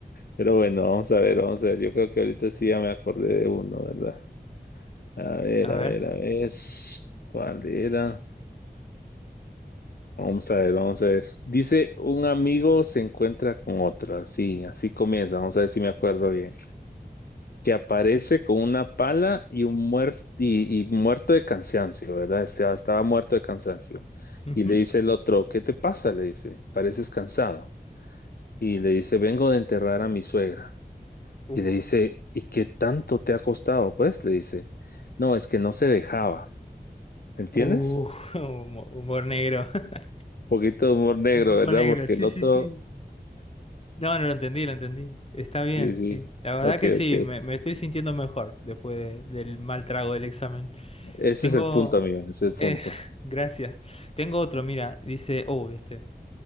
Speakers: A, on the left; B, on the left.
A: Pero bueno, vamos a ver, vamos a ver. Yo creo que ahorita sí ya me acordé de uno, ¿verdad? A ver,
B: A
A: a
B: ver.
A: ver, a ver. ¿Cuál era? Vamos a ver, vamos a ver. Dice, un amigo se encuentra con otra. Sí, así comienza. Vamos a ver si me acuerdo bien. Que aparece con una pala y un muerto y, y muerto de cansancio, ¿verdad? Estaba, estaba muerto de cansancio.
B: ujú.
A: Y le dice el otro, ¿qué te pasa? Le dice, pareces cansado. Y le dice, vengo de enterrar a mi suegra.
B: Uh,
A: Y le dice, ¿y qué tanto te ha costado? Pues le dice, no, es que no se dejaba. ¿Entiendes?
B: uh, <laughs> humo- humor negro. <laughs>
A: Un poquito de humor negro,
B: Un poco
A: ¿verdad?
B: negro,
A: Porque
B: sí,
A: el otro,
B: sí, sí. No, no lo entendí, lo entendí. Está bien,
A: sí, sí.
B: sí. La verdad
A: Ok,
B: que sí,
A: ok.
B: me, me estoy sintiendo mejor después de- del mal trago del examen.
A: Ese
B: Tengo...
A: es el punto, amigo, ese es el punto.
B: eh, <laughs> gracias. Tengo otro, mira, dice... Oh, este.